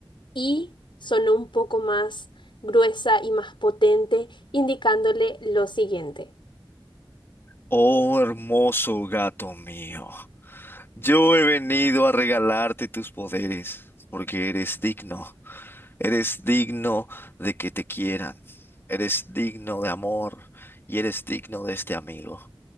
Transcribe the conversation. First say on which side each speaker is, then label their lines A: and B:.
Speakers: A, on the left (about 70°); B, on the left (about 25°).
A: y sonó un poco más gruesa y más potente, indicándole lo siguiente.
B: Oh hermoso gato mío, yo he venido a regalarte tus poderes, porque eres digno. Eres digno de que te quieran, eres digno de amor y eres digno de este amigo.